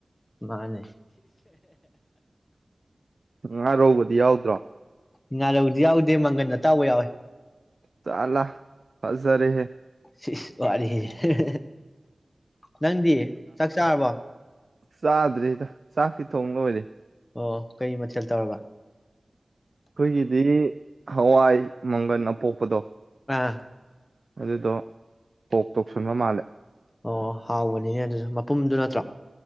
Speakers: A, on the left; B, on the right.
A: ꯃꯥꯅꯦ
B: ꯉꯥꯔꯧꯒꯗꯤ ꯌꯥꯎ ꯗ꯭ꯔꯣ
A: ꯉꯥꯔꯧꯗꯤ ꯌꯥꯎꯗꯦ ꯃꯪꯒꯟ ꯑꯇꯥꯎꯕ ꯌꯥꯎꯋꯦ
B: ꯆꯂꯂꯥ ꯐꯖꯔꯦ ꯍꯦ
A: ꯁꯤ꯭ꯁ ꯋꯥꯔꯦꯍꯦ ꯑ ꯍꯦꯍꯦ ꯅꯪꯗꯤ ꯆꯥꯛ ꯆꯥꯔꯕꯣ
B: ꯆꯥꯗ꯭ꯔꯤꯗ ꯆꯥꯛꯇꯤ ꯊꯣꯡ ꯂꯣꯏꯔꯦ
A: ꯑꯣ ꯀꯩ ꯃꯊꯦꯜ ꯇꯧꯔꯕ
B: ꯑꯩꯈꯣꯏꯒꯤꯗꯤ ꯍꯋꯥꯏ ꯃꯪꯒꯟ ꯑꯄꯣꯛꯄꯗꯣ
A: ꯑꯥ
B: ꯑꯗꯨꯗꯣ ꯁꯣꯛ ꯇꯧꯁꯟꯕ ꯃꯥꯜꯂꯦ
A: ꯑꯣ ꯍꯥꯎꯕꯅꯤꯅꯦ ꯑꯗꯨꯁꯨ ꯃꯄꯨꯝꯗꯨ ꯅꯠꯇ꯭ꯔꯣ